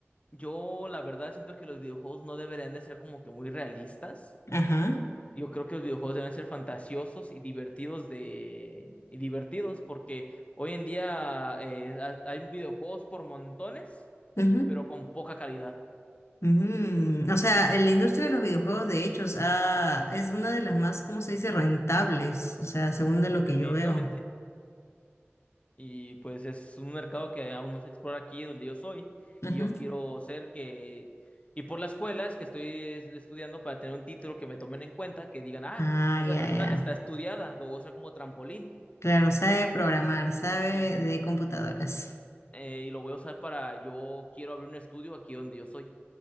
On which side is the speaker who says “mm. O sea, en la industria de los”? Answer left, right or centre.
Left